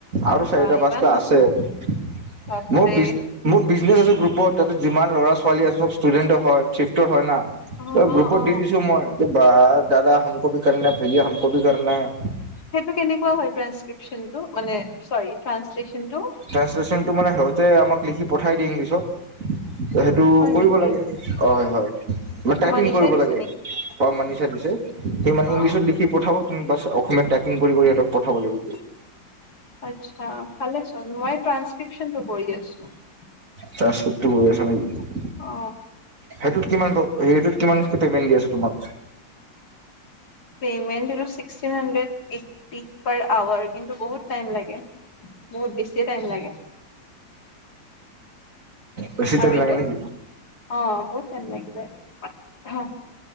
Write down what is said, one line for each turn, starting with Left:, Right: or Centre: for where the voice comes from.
Right: আৰু চাৰিটা
Left: বা ইমান
Right: পাঁচটা
Left: মানুহ
Right: আছে। আছে
Left: বাপৰে
Right: মোৰ বিছ মোৰ বিজনিছ গ্ৰু। <unintelligible> ওপৰত তাতে যিমান ল'ৰা ছোৱালী আছে চব ষ্টুডেণ্ট হয় চিফ্টৰ হয় না।
Left: অ
Right: অই
Left: অ
Right: গ্ৰুপত
Left: অ
Right: দি দিছো মই। বা দাদা হামক' ভি কৰনা হে ভাইয়া হামক' বি কৰনা হে। <unintelligible>
Left: সেইটো কেনেকুৱা হয় ট্ৰানচক্ৰিপচনটো মানে চৰি। ট্ৰান্সলেচনটো
Right: ট্ৰান্সলেট টো মানে সেহতে আমাক। লিখি পঠাই দিয়ে ইংলিছত। সেইটো
Left: হয়
Right: কৰিব
Left: নেকি
Right: লাগে হয় হয় মানে টাইপিং
Left: মনিষাই
Right: কৰিব
Left: দিছে
Right: লাগে
Left: নেকি
Right: ক মানি চ দিছে সি মানে ইংলিছত
Left: অ
Right: লিখি পঠাব! বাছ অসমীয়ীয়া ট্ৰাইপিং কৰি সিহঁতক পঠাব লাগিব।
Left: আচ্ছা। ভালেচোন মই ট্ৰাস্কৃপচন কৰি আছো। <unintelligible>
Right: ট্ৰাঞ্চক্ৰিপ্টটো আছা নে কি <unintelligible>
Left: অ।
Right: সেইটোত কি হেৰিটোত কিমান পেমেণ্ট দি আছে তোমাক?
Left: পেমেণ্ট জিকে হানড্ৰেড পাৰ আৰু কিন্তু বহুত টাইম লেগে। <unintelligible> বুত বেয়ে টাইম লাগে
Right: বেছি টাইম
Left: আৰু এইটোত
Right: লাগে নেকি
Left: অ বহুত টাইম লাগি যায়।